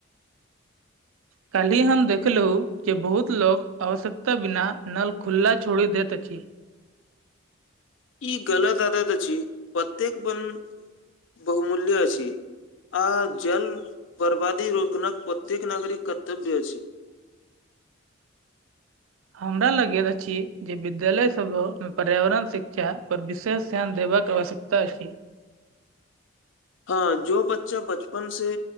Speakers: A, on the right; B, on the left.
A: काल्हि हम देखलहुँ जे बहुत लोक आवश्यकता बिना नल खुल्ला छोड़ि दैत अछि
B: ई गलत आदत अछि प्रत्येक बन बहुमूल्य अछि आ जल बर्बादी रोकनक प्रत्येक नागरिक कर्तव्य अछि
A: हमरा लगैत अछि जे विद्यालय सबहो मे पर्यावरण शिक्षा पर विशेष ध्यान देबक आवश्यकता ता अछि
B: हँ जो बच्चा बचपन से